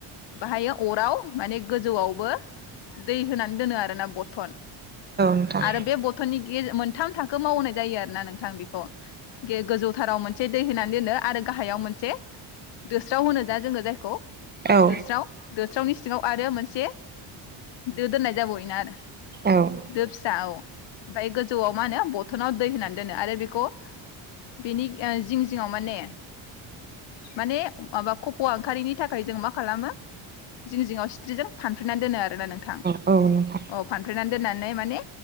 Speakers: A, on the left; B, on the right.
A: बाहायो अराव माने गोजौआवबो दै होनानै दोनो आरोना बथन
B: नोंथां
A: आरो बे बथ'ननि गे मोन थाम थाखो मावनाय जायो आरोना नोंथां बेखौ गे गोजौथाराव मोन से दै होनानै दोनो आरो गाहायाव मोनसे दोस्राव होनो जा जोङो जायखौ
B: औ
A: दोस्राव दोस्रावनि सिङाव आरो मोनसे दो दोननाय जाबावयोना आरो
B: औ
A: दो फि दा औ ओमफाय गोजौआव मा होनो बथनाव दै होनानै दोनो आरो बेखौ बेनि जिं जिङाव माने माने माबा खप'आ ओंखारारिनि थाखाय जों मा खालामो जिं जिङआव सिथ्रिजों फानफ्रेनानै दोनो आरोना नोंथां
B: औ नोंथां
A: अ फानफ्रेनानै दोननानै माने